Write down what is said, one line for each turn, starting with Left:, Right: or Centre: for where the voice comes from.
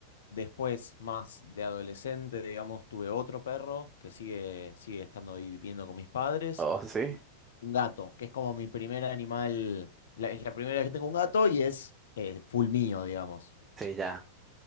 Left: Después, más de adolescente, digamos, tuve otro perro que sigue, sigue estando ahí viviendo con mis padres.
Right: Oh, sí.
Left: Un gato, que es como mi primer animal, la- es la primera vez que tengo un gato y es eh, full mío, digamos.
Right: Sí, ya.